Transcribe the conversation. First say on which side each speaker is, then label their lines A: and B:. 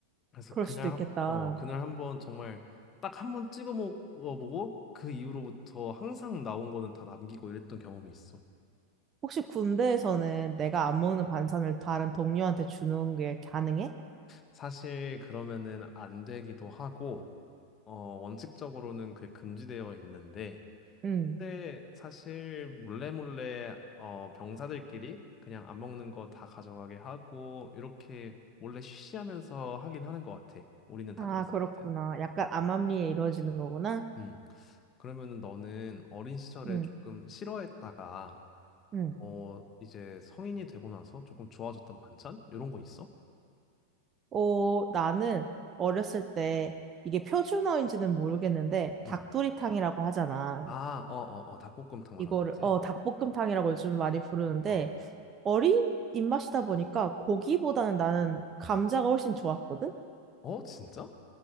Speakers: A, on the left; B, on the right.
A: 그래서
B: 그럴
A: 그날,
B: 수도 있겠다.
A: 한- 어, 그날 한번 정말 딱 한번 찍어 먹어보고 그 이후로부터 항상 나온 거는 다 남기고 이랬던 경험이 있어.
B: 혹시 군대에서는 내가 안 먹는 반찬을 다른 동료한테 주는 게 가능해?
A: 사실 그러면은 안 되기도 하고, 어, 원칙적으로는 그게 금지되어 있는데,
B: 응.
A: 그때 사실 몰래 몰래 어 병사들끼리 그냥 안 먹는 거 다 가져가게 하고 이렇게 몰래 쉬쉬하면서 하긴 하는 것 같아. 우리는 다
B: 아,
A: 그랬었거든.
B: 그렇구나. 약간 암암리에 이루어지는 거구나.
A: 음. 그러면은 너는 어린 시절에
B: 응,
A: 조금 싫어했다가
B: 응.
A: 어 이제 성인이 되고 나서 조금 좋아졌던 반찬 이런 거 있어?
B: 어, 나는 어렸을 때 이게 표준어인지는 모르겠는데 닭도리탕이라고
A: 음.
B: 하잖아.
A: 아, 어, 어, 어, 닭볶음탕 말하는
B: 이거를
A: 거지?
B: 어 닭볶음탕이라고 요즘 많이 부르는데
A: 어.
B: 어린 입맛이다 보니까 고기보다는 나는 감자가 훨씬 좋았거든.
A: 어, 진짜?